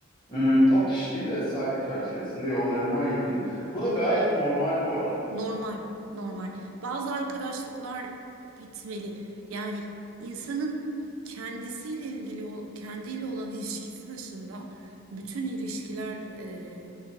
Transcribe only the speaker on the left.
Hmm, o kişiyle saygı çerçevesinde yollarımı ayırdım. Bu da gayet normal bu arada.